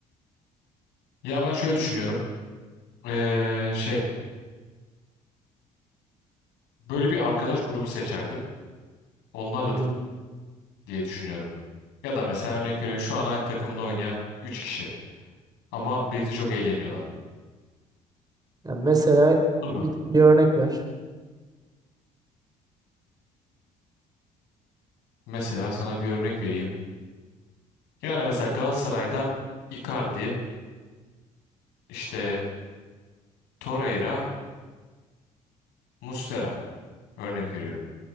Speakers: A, on the left; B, on the right.
A: Ya ben şöyle düşünüyorum. Ee, şey böyle bir arkadaş grubu seçerdim. Onlarla
B: Hmm.
A: t- diye düşünüyorum. Ya da mesela örnek veriyorum şu an aynı takımda oynayan 3 kişi ama birlikte çok eğleniyorlar.
B: Ya mesela
A: Değil mi?
B: bir, bir örnek ver.
A: Mesela sana bir örnek vereyim. Yani mesela Galatasaray'dan Icardi, işte Torreira, Muslera örnek veriyorum.